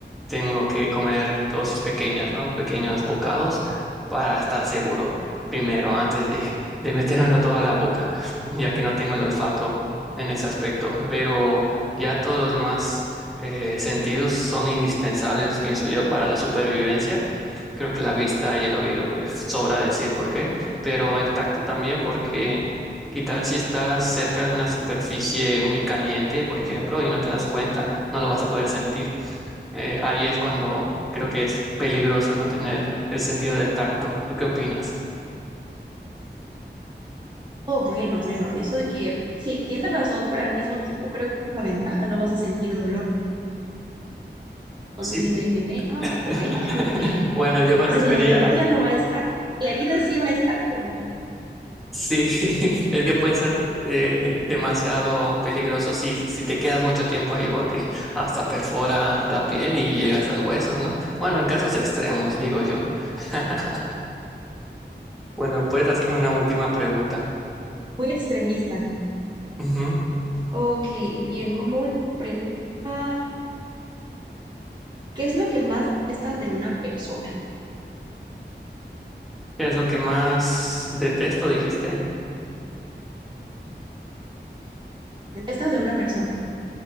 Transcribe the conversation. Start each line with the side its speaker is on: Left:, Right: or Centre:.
Centre: tengo que comer dosis pequeñas, ¿no? Pequeños bocados para estar seguro primero, antes de, de metérmelo todo a la boca, ya que no tengo el olfato en ese aspecto. Pero ya todos los demás eh, sentidos son indispensables, pienso yo, para la supervivencia. Creo que la vista y el oído, pues sobra decir por qué, pero el tacto también, porque qué tal si estás cerca de una superficie muy caliente, por ejemplo, y no te das cuenta, no lo vas a poder sentir. Eh, ahí es cuando creo que es peligroso no tener el sentido del tacto. ¿Tú qué opinas?
Right: Oh, bueno, bueno, eso de que sí, tienes razón, pero al mismo tiempo creo que es una ventaja, no vas a sentir dolor. Entonces,
Centre: Sí,
Right: si me quemé, ah,
Centre: <laughs>
Right: ok, <laughs> me quemé.
Centre: Bueno, yo
Right: Entonces,
Centre: me refería.
Right: la- el dolor ya no va a estar. La herida sí va a estar, pero
Centre: Sí, <laughs> es que puede ser eh, demasiado peligroso si, si te quedas mucho tiempo ahí porque hasta perfora la piel y llegas al hueso, ¿no? Bueno, en casos extremos, digo yo. <laughs> Bueno, puedes hacer una última pregunta.
Right: muy extremista.
Centre: Ujú.
Right: Ok, bien, como última pregunta, ¿qué es lo que más detestas de una persona?
Centre: ¿Qué es lo que más detesto, dijiste?
Right: ¿Detestas de una persona?